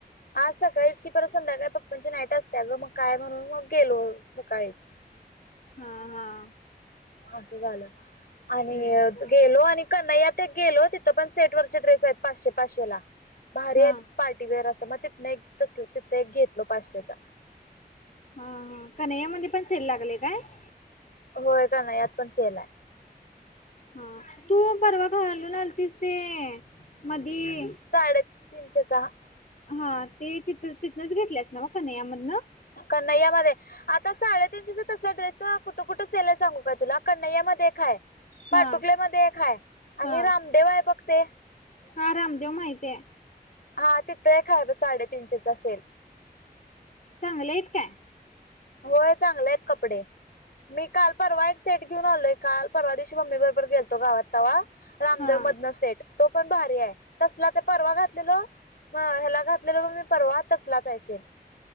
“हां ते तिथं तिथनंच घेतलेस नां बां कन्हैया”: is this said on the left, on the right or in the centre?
Left